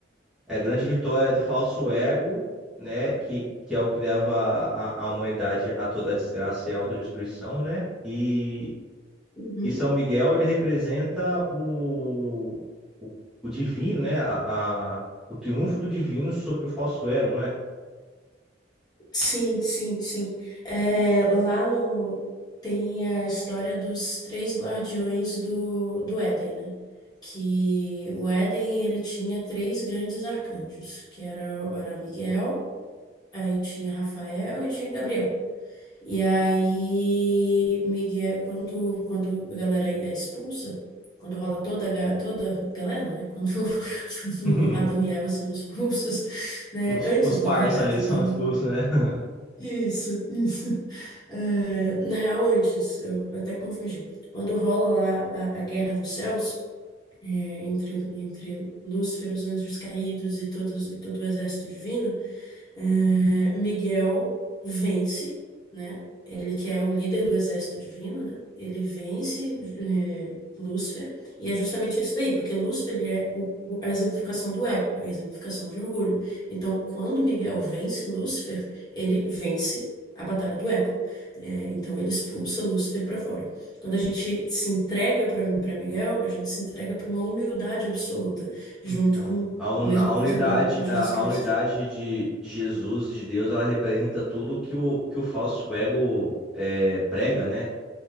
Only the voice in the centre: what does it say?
é a grande vitória do falso ego, né? Que, que é o que leva a, a humanidade a toda a desgraça e a autodestruição, né? E,
E São Miguel, ele representa o, o, o divino, né? A, a- o triunfo do divino sobre o falso ego, não é?
<laughs>
Os,
os parça
ali são
expulsos, né? <laughs>
Então,
a, un-
a
unidade,
a,
a unidade de de Jesus, e de Deus, ela representa tudo que o, que o falso ego é, prega, né?